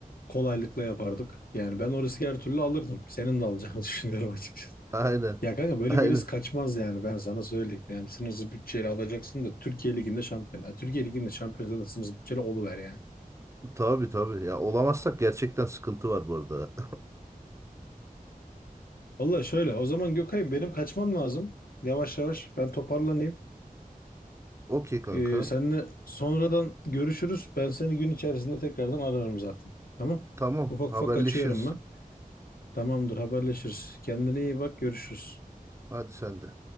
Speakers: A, on the left; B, on the right.
A: kolaylıkla yapardık. Yani ben o riski her türlü alırdım. Senin de alacağını <laughs> düşünüyorum açıkçası.
B: Aynen.
A: Ya kanka böyle
B: Aynen.
A: birisi kaçmaz yani ben sana söyleyeyim. Yani sınırsız bütçeyle alacaksın da Türkiye Ligi'nde şampiyon. Yani Türkiye Ligi'nde şampiyon zaten sınırsız bütçeyle oluver yani.
B: Tabii tabii. Ya olamazsak gerçekten sıkıntı var bu arada.
A: Vallahi şöyle o zaman Gökay'ım benim kaçmam lazım. Yavaş yavaş ben toparlanayım.
B: <laughs> Okey kanka.
A: Ee, seninle sonradan görüşürüz. Ben seni gün içerisinde tekrardan ararım zaten. Tamam.
B: Tamam
A: Ufak
B: haberleşiriz.
A: ufak kaçıyorum ben. Tamamdır haberleşiriz. Kendine iyi bak görüşürüz.
B: Hadi sen de.